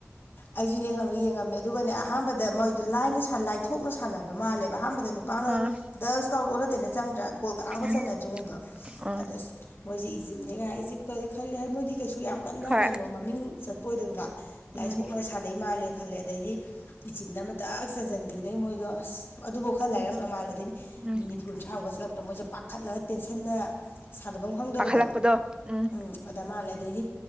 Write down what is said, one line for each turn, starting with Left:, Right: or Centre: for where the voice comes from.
Left: ꯑꯩꯁꯨꯅꯦ ꯈꯪꯕ ꯌꯦꯡꯉꯝꯃꯦ ꯑꯗꯨꯒꯅꯦ ꯑꯍꯥꯟꯕꯗ ꯃꯣꯏꯗ ꯂꯥꯏꯅ ꯂꯥꯏꯊꯣꯛꯅ ꯁꯥꯟꯅꯕ ꯃꯥꯜꯂꯦꯕ ꯑꯍꯥꯟꯕꯗ <unintelligible>
Right: ꯑꯥ
Left: ꯗꯛꯁ ꯀꯥꯎꯕꯗꯣ ꯑꯣꯟꯅ ꯇꯧꯅ ꯆꯪꯗ꯭ꯔꯥ ꯒꯣꯜ ꯀꯅꯥꯝꯀ
Right: ꯎꯝ
Left: ꯆꯟꯅꯗ꯭ꯔꯤꯉꯩꯗꯣ
Right: ꯑꯥ
Left: ꯑꯗ ꯑꯁ ꯃꯣꯏꯁꯤ ꯏꯖꯤꯞꯅꯦꯒ ꯏꯖꯤꯞꯇ ꯈꯟꯅꯦ ꯃꯣꯏꯗꯤ ꯀꯩꯁꯨ ꯌꯥꯝ ꯀꯟꯅ
Right: ꯍꯣꯏ
Left: ꯀꯩꯅꯣ ꯃꯃꯤꯡ ꯆꯠ <unintelligible> ꯂꯥꯏ
Right: ꯎꯝ
Left: ꯑꯩꯈꯣꯏ ꯁꯥꯟꯅꯩ ꯃꯥꯜꯂꯦ ꯈꯜꯂꯦ ꯑꯗꯩꯗꯤ ꯏꯆꯤꯞꯅ ꯑꯃꯇꯛ ꯆꯟꯁꯤꯟꯈꯤꯗꯩ ꯃꯣꯏꯗꯣ ꯑꯁ ꯑꯗꯨꯐꯥꯎ ꯈꯔ
Right: ꯎꯝ
Left: ꯂꯥꯏꯔꯝꯕ ꯃꯥꯜꯂꯦ ꯑꯗꯩꯅꯤ
Right: ꯎꯝ
Left: ꯃꯤꯅꯤꯠ ꯀꯨꯟꯊ꯭ꯔꯥꯃꯨꯛꯀ ꯆꯠꯂꯛꯄꯗ ꯃꯣꯏꯁꯦ ꯄꯥꯈꯠꯂꯒ ꯇꯦꯟꯁꯟꯅ ꯁꯥꯟꯅꯕ ꯈꯪꯗꯕꯗ
Right: ꯊꯜꯂꯛꯄꯗꯣ ꯎꯝ
Left: ꯎꯝ ꯑꯗ ꯃꯥꯜꯂꯦ ꯑꯗꯩꯗꯤ